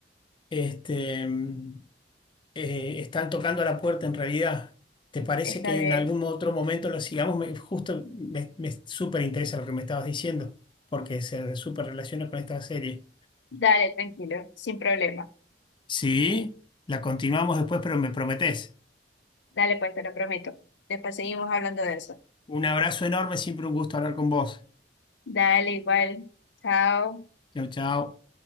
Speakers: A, on the left; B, on the left.
A: este, mm, eh, están tocando a la puerta en realidad. ¿Te parece
B: está
A: que
B: bien.
A: en algún otro momento lo sigamos? Me- justo me, me súper interesa lo que me estabas diciendo, porque se súper relaciona con esta serie.
B: Dale, tranquilo, sin problema.
A: Sí, la continuamos después, pero me prometés.
B: Dale, pues te lo prometo. Después seguimos hablando de eso.
A: Un abrazo enorme, siempre un gusto hablar con vos.
B: Dale, igual. Chao.
A: Chau, chau.